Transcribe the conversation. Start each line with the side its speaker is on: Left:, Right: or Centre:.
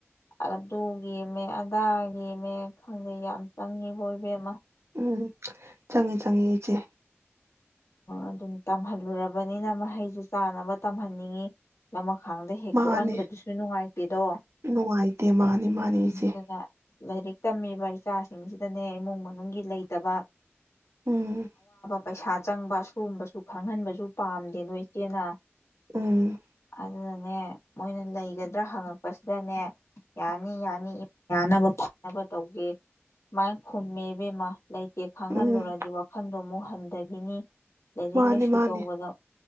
Left: ꯑꯗꯨꯒꯤꯃꯦ ꯑꯗꯥꯒꯤꯃꯦ ꯈꯪꯗꯦ ꯌꯥꯝ ꯆꯪꯉꯤꯕ ꯃꯦꯝꯃ
Right: ꯎꯝ ꯆꯪꯉ ꯆꯪꯉ ꯏꯆꯦ
Left: ꯑꯗꯨꯝ ꯇꯝꯍꯜꯂꯨꯔꯕꯅꯤꯅ ꯃꯍꯩꯁ ꯆꯥꯅꯕ ꯇꯝꯍꯟꯅꯤꯡꯉꯤ ꯑꯈꯥꯡꯗ ꯍꯦꯛ
Right: ꯃꯥꯅꯦ
Left: ꯇꯣꯛꯍꯟꯕꯗꯨꯁꯨ ꯅꯨꯡꯉꯥꯏꯇꯦꯗꯣ
Right: ꯅꯨꯡꯉꯥꯏꯇꯦ ꯃꯥꯅꯤ ꯃꯥꯅꯤ ꯏꯆꯦ
Left: ꯑꯗꯨꯅ ꯂꯥꯏꯔꯤꯛ ꯇꯝꯃꯤꯕ ꯏꯆꯥꯁꯤꯡꯁꯤꯗꯅꯦ ꯏꯃꯨꯡ ꯃꯅꯨꯡꯒꯤ ꯂꯩꯇꯕ
Right: ꯎꯝ
Left: ꯄꯩꯁꯥꯗ ꯆꯪꯕ ꯁꯨꯝꯕꯁꯨ ꯈꯪꯍꯟꯕꯁꯨ ꯄꯥꯝꯗꯦ ꯅꯣꯏ ꯏꯆꯦꯅ
Right: ꯎꯝ
Left: ꯑꯗꯨꯅꯅꯦ ꯃꯣꯏꯅ ꯅꯩꯒꯗ꯭ꯔꯥ ꯍꯪꯉꯛꯄꯁꯤꯗꯅꯦ ꯌꯥꯅꯤ ꯌꯥꯅꯤ ꯌꯥꯅꯕ ꯐꯅꯕ ꯇꯧꯒꯦ ꯁꯨꯃꯥꯏꯅ ꯈꯨꯝꯃꯦ ꯏꯕꯦꯝꯃ ꯂꯩꯇꯦ ꯈꯪꯍꯜꯂꯨꯔꯗꯤ
Right: ꯎꯝ
Left: ꯋꯥꯈꯜ ꯔꯣꯃꯣ ꯍꯟꯗꯛ ꯅꯤꯅꯤ ꯂꯥꯏꯔꯤꯛ
Right: ꯃꯥꯅꯤ
Left: ꯂꯥꯏꯁꯨ
Right: ꯃꯥꯅꯤ
Left: ꯇꯧꯕꯗ